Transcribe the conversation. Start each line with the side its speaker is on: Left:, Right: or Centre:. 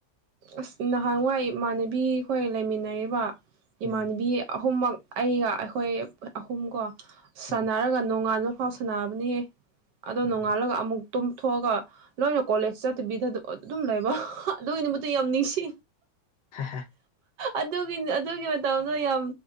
Right: ꯑꯁ ꯅꯍꯥꯟꯋꯥꯏ ꯏꯃꯥꯟꯅꯕꯤꯈꯣꯏ ꯂꯩꯃꯤꯟꯅꯔꯤꯕ
Left: ꯎꯝ
Right: ꯏꯃꯥꯟꯅꯕꯤ ꯑꯍꯨꯝꯃꯛ ꯑꯩꯒ ꯑꯩꯈꯣꯏ ꯑꯍꯨꯝ ꯀꯣ ꯁꯥꯟꯅꯔꯒ
Left: ꯎꯝ
Right: ꯅꯣꯡꯉꯥꯥꯟꯕ ꯐꯥꯎ ꯁꯥꯟꯅꯕꯅꯦꯌꯦ ꯑꯗꯣ
Left: ꯎꯝ
Right: ꯅꯣꯡꯉꯥꯜꯂꯒ ꯑꯃꯨꯛ ꯇꯨꯝꯊꯣꯛꯑꯒ ꯂꯣꯏꯅ ꯀꯣꯂꯦꯖ ꯆꯠꯇꯕꯤꯗ ꯑꯗꯨꯝ ꯂꯩꯕ ꯑꯗꯨꯒꯤ ꯗꯨꯃꯛꯇ ꯌꯥꯝ ꯅꯤꯡꯁꯤ
Left: ꯍꯦꯍꯦ
Right: ꯑꯗꯨꯒꯤ ꯑꯗꯨꯒꯤ ꯃꯇꯝꯗꯣ ꯌꯥꯝ